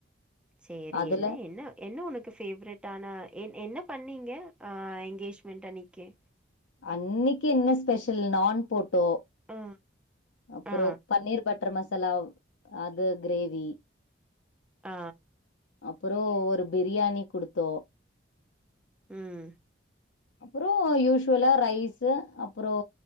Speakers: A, in the centre; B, on the left.
A: சேரி
B: அதுல
A: என்ன என்ன என்ன உனக்கு ஃபேவரெட் ஆன என் என்ன பண்ணீங்க ஆ எங்கேஜ்மெண்ட் அன்னைக்கே
B: அன்னைக்கி என்ன ஸ்பெஷல் நான் போட்டோ
A: ஆ
B: அப்பறோ
A: ஆ
B: பன்னீர் பட்டர் மசாலா அது கிரேவி
A: ஆ
B: அப்பறோ ஒரு பிரியாணி குடுத்தோ
A: ம்
B: அப்பறோ யூஸ்வலா ரைஸ்சு அப்பறோ